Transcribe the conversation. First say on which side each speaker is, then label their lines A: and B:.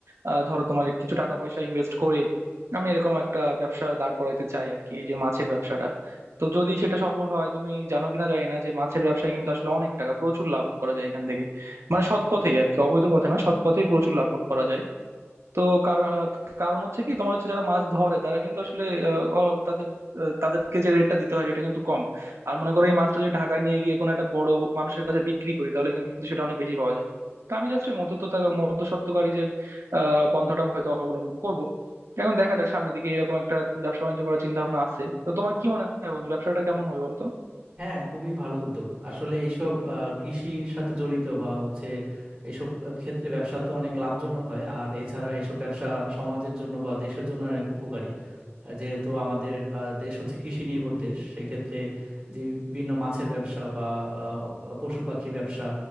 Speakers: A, on the right; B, on the right.
A: আহ, ধরো তোমার কিছু টাকা পয়সা ইনভেস্ট করে আমি এরকম একটা ব্যবসা দাঁড় করাইতে চাই আর কি এই যে মাছের ব্যবসাটা তো যদি সেটা সফল হয় তুমি জানো কিনা জানি না যে মাছের ব্যবসায় কিন্তু আসলে অনেক টাকা প্রচুর লাভ করা যায় এখান থেকে মানে সৎ পথেই আর কি অবৈধ পথে না সৎ পথেই প্রচুর লাভ করা যায় তো কারণ কারণ হচ্ছে কি তোমার হচ্ছে যারা মাছ ধরে তারা কিন্তু আসলে আহ, অ- তাদের আহ, তাদেরকে যে রেটটা দিতে হয় সেটা কিন্তু কম আর মনে করো এই মাছটা যদি ঢাকায় নিয়ে গিয়ে কোনো একটা বড় মানুষের কাছে বিক্রি করি তাহলে কিন্তু সেটা অনেক বেশি পাওয়া যায় তো আমি জাস্ট মধ্যস্থতা মধ্যস্বত্বকারীদের আহ পন্থাটা হয়তো অবলম্বন করব এখন দেখা যাক সামনের দিকে এরকম একটা ব্যবসা বাণিজ্য করার চিন্তা ভাবনা আছে তো তোমার কি মনে হয় বন্ধু ব্যবসাটা কেমন হবে বলো তো
B: হ্যাঁ খুবই ভালো উদ্যোগ আসলে এইসব আহ, কৃষির সাথে জড়িত বা হচ্ছে এইসব আহ, ক্ষেত্রে ব্যবসা তো অনেক লাভজনক হয় আর এছাড়া এইসব ব্যবসা সমাজের জন্য বা দেশের জন্য অনেক উপকারী আহ, যেহেতু আমাদের আহ, দেশ হচ্ছে কৃষি নির্ভর দেশ সেক্ষেত্রে যে বিভিন্ন মাছের ব্যবসা বা আহ, পশু পাখির ব্যবসা